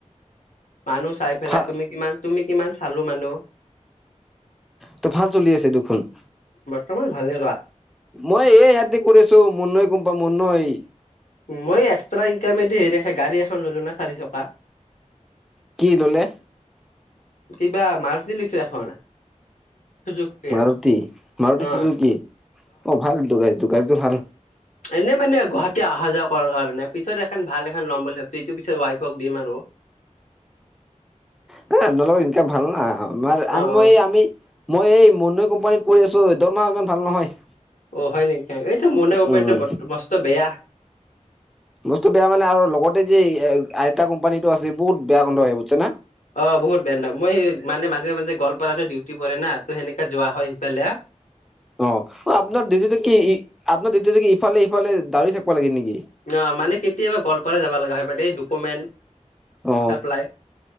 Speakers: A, on the left; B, in the centre.
A: মানুহ চাই পেলাই
B: ভাল
A: তুমি কিমান তুমি কিমান চালো মানুহ-
B: ত ভাল চলি আছে দেখোন-
A: তমান ভালে ৰোৱা-
B: মই এই ইয়াতে কৰি আছো মুন্নৈ গোম পা মুন্নয়
A: মই এক্সট্ৰা ইনকামেদি হেৰি গাড়ী এখন ললো না চাৰি চকা।
B: কি ললে
A: কিবা মাৰুতি লৈছে এখন চুজুকীয়া
B: মাৰুতি-মাৰুতি
A: অ
B: চুজো কি অ ভালটো গাড়ীটো গাড়ীটো ভাল
A: এনেই মানে গুৱাহাটী অহা যোৱা কৰাৰ কাৰণে পিছত এখন ভাল এখন ল'ম বুলি ভাবছো এইটো পিছত ৱাইফক দিম আৰু <inaudible>
B: হ নলওঁ ইনকাম ভাল না আমাৰ
A: অ
B: আমিই
A: অ
B: আমি মই এই মন্নৈ কোম্পানীত কৰি আছো দৰমাহ ইমান ভাল নহয় <unintelligible>
A: অ হয় নেকি এইটো মন্দা কোম্পানীৰ
B: উম
A: বস্তু বেয়া।
B: বস্তু বেয়া মানে আৰু লগতে যে আইতা কোম্পানীটো আছে বহুত বেয়া গন্ধ হয় বুজিছে না।
A: অ বহুত বেয়া ন মই মানে মাজে মাজে গোৱালপাৰাটো ডিউটি পৰে না ত সেনেকা যোৱা হয় সেইফালে।
B: অ আপোনাৰ ডিউটিটো কি আপোনাৰ ডিউটিটো ইফালে সিফালে দাউৰি থাকিব লাগে নেকি।
A: না মানে কেতিয়াবা গোৱালপাৰা যাব লগা হয় মানে এই ডকুমেণ্ট
B: অ
A: এপলাই